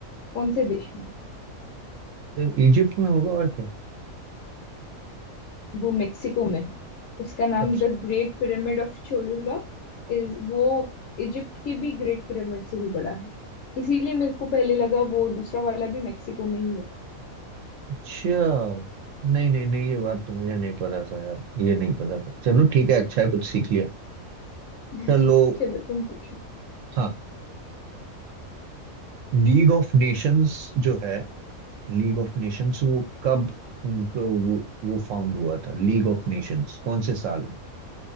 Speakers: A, on the left (about 70°); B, on the right (about 70°).
A: कौन से देश में
B: तो इजिप्ट में होगा और क्या
A: वो मेक्सिको में है उसका नाम
B: सबसे
A: the great pyramid of Cholula is वो इजिप्ट के भी ग्रेट पिरामिड से भी बड़ा है इसीलिए मेरे को पहले लगा वो दूसरा वाला भी मेक्सिको में ही होगा
B: अच्छा नहीं नहीं नहीं ये बात तो मुझे नहीं पता था यार ये नहीं पता था चलो ठीक है अच्छा है कुछ सीख लिया
A: <laughs>
B: चलो
A: चलो तुम पूछो
B: हाँ लीग ऑफ नेशंस जो है लीग ऑफ नेशंस वो कब उनको वो वो फाउंड हुआ था लीग ऑफ नेशंस कौन से साल में